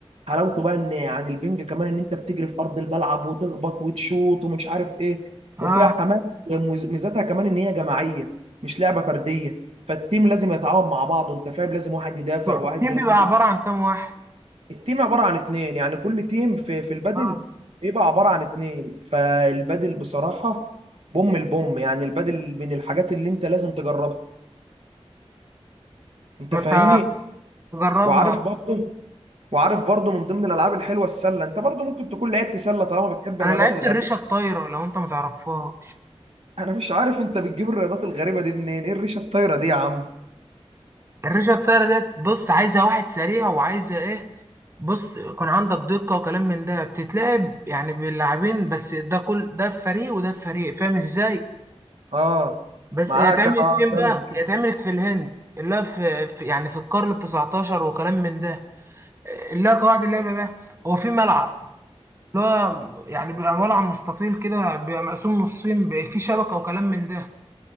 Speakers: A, on the right; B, on the right.
A: حلاوته بقى ان عن البنج كمان ان انت بتجري في ارض الملعب وتخبط وتشوط ومش عارف ايه
B: اه
A: وفيها حماس ومز- ميزتها كمان ان هي جماعيه مش لعبه فرديه فالتيم لازم يتعاون مع بعضه انت فاهم لازم واحد يدافع وواحد
B: التيم
A: يهاجم
B: بيبقى عباره عن كام واحد
A: التيم عبارة عن اتنين يعني كل تيم في في البادل
B: اه
A: بيبقى عبارة عن اتنين فالبادل بصراحة بوم البوم يعني البادل من الحاجات اللي انت لازم تجربها انت
B: ما
A: فاهمني
B: انت جربها
A: وعارف برضه وعارف برضه من ضمن الالعاب الحلوة السلة انت برضه ممكن تكون لعبت سلة طالما بتحب
B: انا
A: الرياضات
B: لعبت
A: الغريبة
B: الريشه الطايره لو انت ما تعرفها
A: انا مش عارف انت بتجيب الرياضات الغريبة دي منين ايه الريشة الطايرة دي يا عم
B: الريشه الطايره ديت بص عايزه واحد سريع وعايزه ايه بص يكون عندك دقه وكلام من ده بتتلعب يعني باللاعبين بس ده كل ده في فريق وده في فريق فاهم ازاي
A: اه
B: بس
A: معاك
B: هي اتعملت
A: اه
B: فين
A: كمل
B: بقى هي اتعملت في الهند اللي هو في في- يعني في القرن التسعتاشر وكلام من ده اللي هو قواعد اللعبه بقى هو في ملعب اللي هو يعني بيبقى ملعب مستطيل كده بيبقى مقسوم نصين بيبقى فيه شبكه وكلام من ده